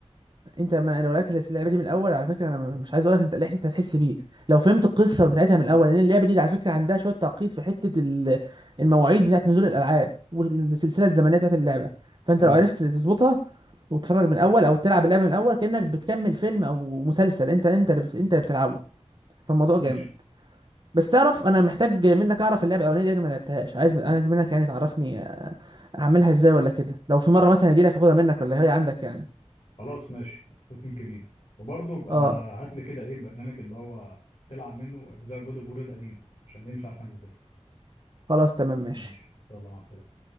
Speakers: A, on the right; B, on the left.
A: انت ما لو لعبت السلسله- اللعبه دي من الاول على فكره انا م- مش عايز اقول لك انت الاحساس اللي هتحس بيه لو فهمت القصه بتاعتها من الاول لان اللعبه دي على فكره عندها شويه تعقيد في حته ال- المواعيد بتاعت نزول الالعاب والسلسله الزمنيه بتاعت اللعبه فانت
B: تمام
A: لو عرفت تظبطها وتتفرج من الاول او تلعب اللعبه من الاول كانك بتكمل فيلم او مسلسل انت انت اللي بت... انت اللي بتلعبه فالموضوع
B: ماشي
A: جامد بس تعرف انا محتاج منك اعرف اللعبه الاولانيه دي انا ما لعبتهاش عايز عايز منك يعني تعرفني اعملها ازاي ولا كده لو في مره مثلا اجي لك اخدها منك ولا هي عندك يعني
B: خلاص ماشي اساسن كريد وبرضه بقى
A: اه
B: هات لي كده ايه البرنامج اللي هو تلعب منه اجزاء جود اوف وور القديمه عشان دي مش عارف انزلها
A: خلاص تمام ماشي
B: ماشي يلا مع السلامة